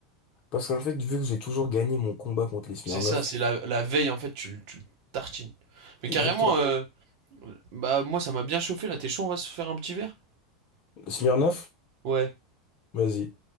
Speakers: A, on the left (about 50°); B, on the right (about 65°).
A: Parce qu'en fait, vu que j'ai toujours gagné mon combat contre les Smirnoff,
B: C'est ça, c'est la... la veille, en fait, tu, le- tu le tartines. Mais carrément,
A: exactement.
B: euh, bah, moi, ça m'a bien chauffé là. T'es chaud, on va se faire un petit verre?
A: Smirnoff,
B: Ouais.
A: vas-y.